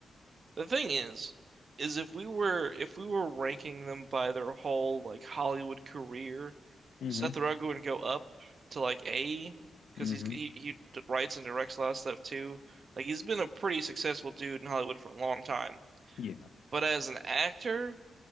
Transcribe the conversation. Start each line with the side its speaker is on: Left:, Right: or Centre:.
Right: The thing is, is if we were if we were ranking them by their whole like Hollywood career,
Left: <laughs> hmm
Right: Seth Rogen would go up to like A because
Left: hmm
Right: he's he, he d- writes and directs a lot of stuff too. Like he's been a pretty successful dude in Hollywood for a long time.
Left: Yeah.
Right: But as an actor,